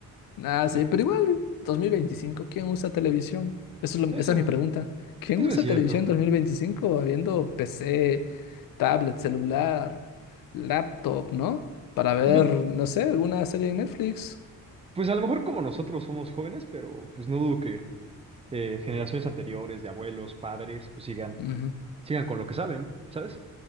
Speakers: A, on the left; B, on the right.
A: Ah, sí,
B: No pu-
A: pero igual, 2025, ¿quién usa televisión? Eso es lo-
B: Eso,
A: esa es mi pregunta. ¿Quién
B: eso
A: usa
B: es cierto.
A: televisión en 2025 habiendo PC, tablet, celular, laptop, ¿no? Para ver,
B: Pues me
A: no sé, alguna serie en Netflix.
B: Pues a lo mejor como nosotros somos jóvenes, pero pues no dudo que eh, generaciones anteriores, de abuelos, padres, pues sigan,
A: Ujú.
B: sigan con lo que saben, ¿sabes?